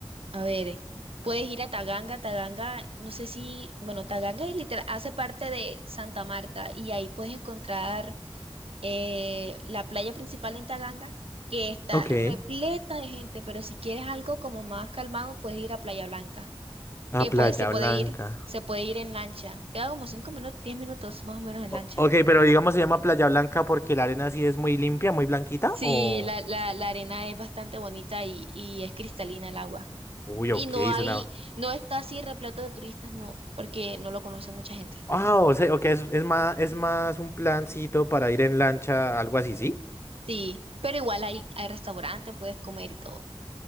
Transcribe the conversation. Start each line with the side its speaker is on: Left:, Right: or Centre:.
Right: A ver, puedes ir a Taganga, Taganga, no sé si, bueno, Taganga es literal, hace parte de Santa Marta y ahí puedes encontrar eh, la playa principal en Taganga, que está
Left: Ok.
Right: repleta de gente, pero si quieres algo como más calmado, puedes ir a Playa Blanca, que
Left: A Playa
Right: puede, se puede
Left: Blanca.
Right: ir, se puede ir en lancha, queda como 5 minutos, 10 minutos más o menos en
Left: O-
Right: lancha.
Left: ok, pero digamos se llama Playa Blanca porque la arena sí es muy limpia, muy blanquita,
Right: Sí,
Left: o...
Right: la, la, la arena es bastante bonita y, y es cristalina el agua.
Left: Uy,
Right: Y
Left: ok,
Right: no hay,
Left: suena...
Right: no está así repleto de turistas, no, porque no lo conoce mucha gente.
Left: Ah, o sea, ok, es, es más, es más un plancito para ir en lancha, algo así, ¿sí?
Right: Sí, pero igual hay, hay restaurantes, puedes comer y todo.